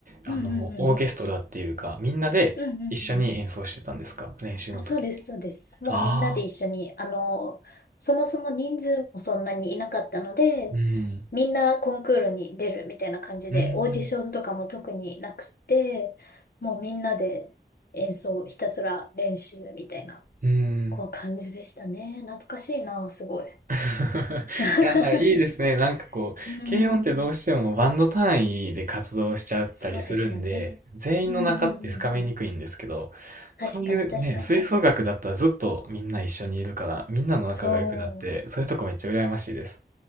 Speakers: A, on the right; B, on the left.
A: あの、
B: うんうんうん、
A: オーケストラっていうか、みんなで一緒に演奏してたんですか練習の時。
B: うんうんうん。あ、そうです、そうです。もうみんなで一緒に、
A: ああ。
B: あの、そもそも人数もそんなにいなかったので、
A: うん。
B: みんなコンクールに出るみたいな感じで、
A: うーん。
B: オーディションとかも特になくて、もうみんなで演奏、ひたすら練習みたいな、
A: うーん。
B: こう感じでしたね。懐かしいな、すごい。
A: <laughs>
B: <laughs>
A: いや、まあいいですね。なんかこう、
B: うん、
A: 軽音ってどうしてもバンド単位で活動しちゃったりするんで、
B: そうですよね。
A: 全員の仲って深めにくいんですけど、
B: うんうんうんうん。確かに、
A: そういうね、
B: 確かに。
A: 吹奏楽だったらずっとみんな一緒にいるから、みんなの仲が良くなって、
B: そう。
A: そういうとこめっちゃ羨ましいです。